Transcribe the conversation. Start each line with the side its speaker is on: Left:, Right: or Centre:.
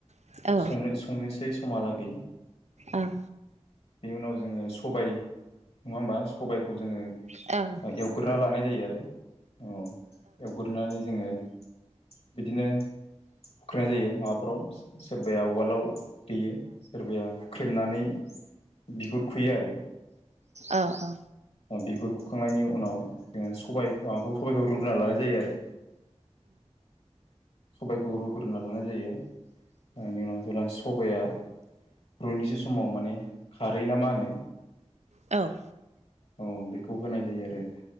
Right: औ औ औ
Left: संनो-संनोसै समहालागै।
Right: ओं
Left: बेनि उनाव जोङो सबाय नङा होमबा सबायखौ जोङो।
Right: औ
Left: एवग्रोना लानाय जायो आरो औ एवग्रोनानै जोङो बिदिनो हुखैनाय जायो माबाफ्राव सोरबाया उवालाव देयो सोरबाया हुख्रेमनानै बिगुर खुयो आरो।
Right: अ औ
Left: बिगुर खुखांनायनि उनाव जोङो सबाइ माबाखौ सबबायखौ रुगोनना लानाय जायो आरो। सबायखौ रुग्रोनानै लानाय जायोनि उनाव। ओनि जेब्ला सबाया रुनोसो समाव माने खारै ना मा होनो
Right: औ
Left: औ बेखौ होनाय जायो आरो